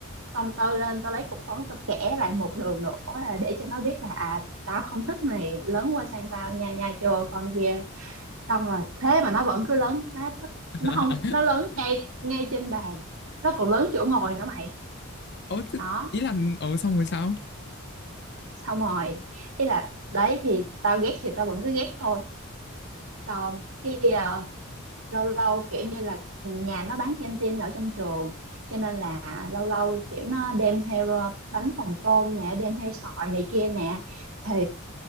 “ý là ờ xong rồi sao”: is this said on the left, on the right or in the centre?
Left